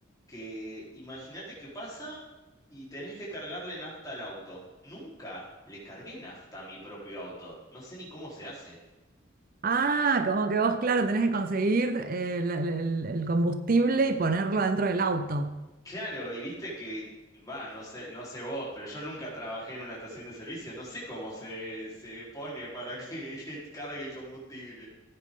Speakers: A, on the left; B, on the right.
A: Que imagínate que pasa y tenés que cargarle nafta al auto. Nunca le cargué nafta a mi propio auto. No sé ni cómo se hace.
B: Ah, como que vos, claro, tenés que conseguir el, el- el combustible y ponerlo dentro del auto.
A: Claro, y viste que, va, no sé, no sé vos, pero yo nunca trabajé en una estación de servicio. No sé cómo se, se pone para que, <laughs> que cargue el combustible.